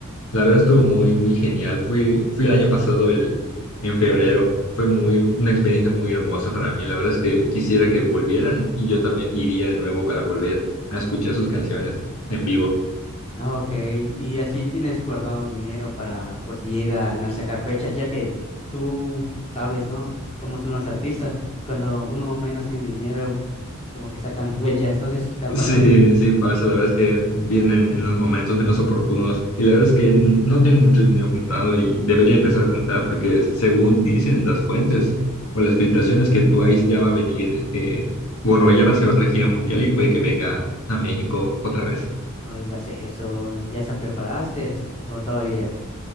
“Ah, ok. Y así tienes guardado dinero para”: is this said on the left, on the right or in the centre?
Left